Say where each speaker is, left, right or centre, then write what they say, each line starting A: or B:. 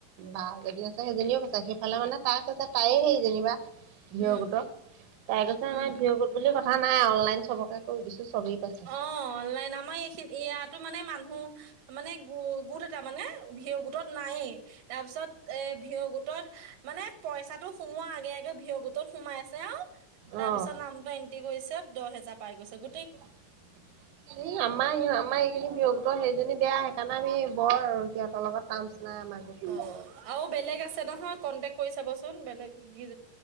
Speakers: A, on the right (about 70°); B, on the right (about 85°).
A: বা এজনী আছে সেইজনীও কৈছে সেইফালে মানে তাই কৈছে তাইয়ে হেৰি যেনিবা। ভি
B: উম
A: অ গোটৰ তাই কৈছে
B: উম
A: আমাৰ ভি অ গোট বুলি কথা নাই অনলাইন চবকে কৰি দিছো চবেই পাইছে।
B: অ আমাৰ এইখিনি ইয়াতো মানে মানুহ মানে গো গোট এটা মানে ভি অ গোটত নাইয়েই। তাৰ পিছত এ ভি অ গোটত মানে পইচাটো সোমোৱা আগে আগে ভি অ গোট ত সোমাইছে আও তাৰপিছত
A: অ',
B: নামটো এণ্ট্ৰি কৰিছে দহ হেজাৰ পাই গৈছে গ
A: ই আমাৰ আমাৰ এইখিনি ভি অ গোটৰ হেৰিজনী বেয়া সেইকাৰণে আমি বৰ আৰু সিহঁতৰ লগত টাৰ্মছ নাই আমাৰ গোট
B: অ আৰু বেলেগ আছে নহয় কন্টেক্ট কৰি চাবচোন বেলেগ কি